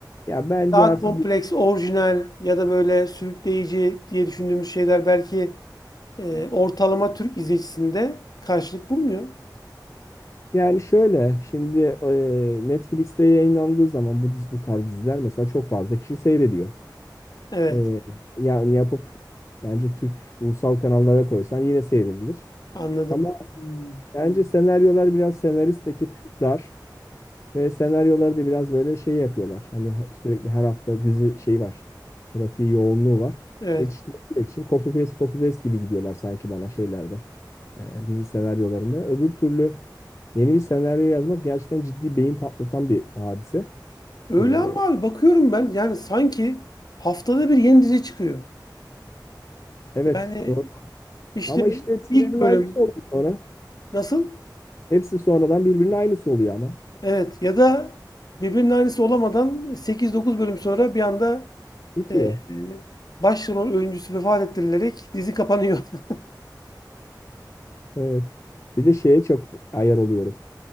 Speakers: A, on the left (about 40°); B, on the left (about 55°).
A: Ya bence
B: daha
A: artık
B: kompleks,
A: bir-
B: orijinal ya da böyle sürükleyici diye düşündüğümüz şeyler belki e, ortalama Türk izleyicisinde karşılık bulmuyor.
A: yani şöyle şimdi e, Netflix'te yayınlandığı zaman bu, dizi- bu tarz diziler mesela çok fazla kişi seyrediyor.
B: Evet,
A: Ee, yani yapıp bence Türk ulusal kanallara koysan yine seyredilir.
B: anladım.
A: Ama
B: Hmm,
A: bence senaryolar biraz senarist ekip dar ve senaryoları da biraz böyle şey yapıyorlar. Hani he- sürekli her hafta dizi şey var. Trafiği yoğunluğu var.
B: Evet.
A: Yetiştirebilmek için copy paste copy paste gibi gidiyorlar sanki bana şeylerde. e, dizi senaryolarında. Öbür türlü yeni bir senaryo yazmak gerçekten ciddi beyin patlatan bir hadise.
B: Öyle
A: Ee,
B: ama abi bakıyorum ben yani sanki haftada bir yeni dizi çıkıyor.
A: evet
B: Yani
A: doğru.
B: işte
A: Ama işte hepsi
B: ilk
A: birbirinin
B: bölüm
A: aynısı oluyor sonra.
B: nasıl?
A: Hepsi sonradan birbirinin aynısı oluyor ama.
B: Evet ya da birbirinin aynısı olamadan sekiz dokuz bölüm sonra bir anda
A: Bitiyor.
B: Ee, başrol oyuncusu vefat ettirilerek dizi kapanıyor. <laughs>
A: Evet. Bir de şeye çok ayar oluyorum.